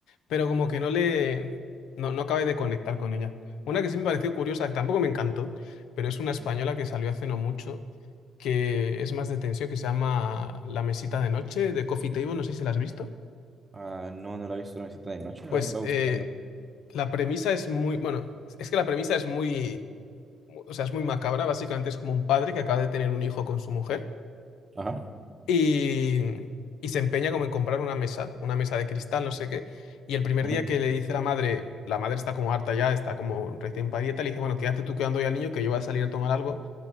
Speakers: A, on the left; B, on the right.
A: pero como que no le, no, no acabé de conectar con ella. Una que sí me pareció curiosa, que tampoco me encantó, pero es una española
B: Ujú.
A: que salió hace no mucho, que es más de tensión, que se llama La mesita de noche, de Coffee Table, no sé si la has visto.
B: Ah, no, no la he visto la visita de noche.
A: Pues
B: A ver, voy a
A: eh,
B: buscarla.
A: la premisa es muy, bueno, es que la premisa es muy o sea, es muy macabra, básicamente es como un padre que acaba de tener un hijo con su mujer
B: Ajá.
A: y, y se empeña como en comprar una mesa, una mesa de cristal, no sé qué. Y el primer
B: ujú,
A: día que le dice la madre, la madre está como harta ya, está como recién parida le dice, bueno, quédate tú quedando hoy al niño que yo voy a salir a tomar algo.